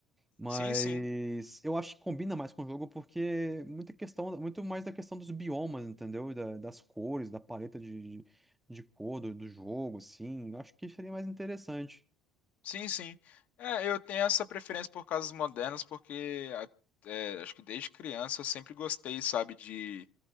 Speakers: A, in the centre; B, on the left.
A: Mas
B: Sim, sim,
A: eu acho que combina mais com o jogo porque muita questão, muito mais da questão dos biomas, entendeu? Da- das cores, da paleta de, de, de cor do, do jogo, assim. Eu acho que seria mais interessante.
B: sim, sim. É, eu tenho essa preferência por casas modernas, porque a- é, acho que desde criança eu sempre gostei, sabe, de